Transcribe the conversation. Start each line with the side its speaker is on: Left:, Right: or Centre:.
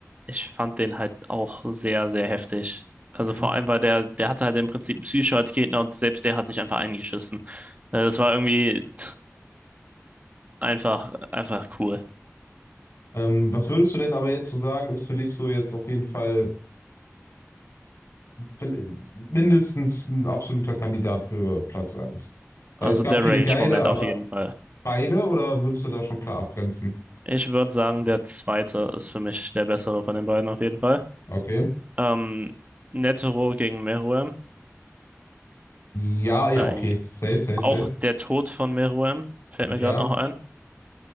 Right: ich fand den halt auch sehr, sehr heftig. Also
Left: Mhm.
Right: vor allem, weil der, der hatte halt im Prinzip Psycho als Gegner und selbst der hat sich einfach eingeschissen. Äh, Das war irgendwie tch, einfach, einfach cool.
Left: Ähm, was würdest du denn aber jetzt so sagen, ist für dich so jetzt auf jeden Fall vill- mindestens ein absoluter Kandidat für Platz eins. Weil
Right: Also
Left: es gab
Right: der
Left: viele
Right: Rage-Moment
Left: geile, aber
Right: auf jeden Fall.
Left: beide oder würdest du da schon klar abgrenzen?
Right: Ich würde sagen, der zweite ist für mich der bessere von den beiden auf jeden Fall.
Left: Okay.
Right: Ähm, Netero gegen Meruem.
Left: Ja, ja,
Right: Äh,
Left: okay. Safe, safe,
Right: auch
Left: safe.
Right: der Tod von Meruem fällt
Left: Ja.
Right: mir gerade noch ein.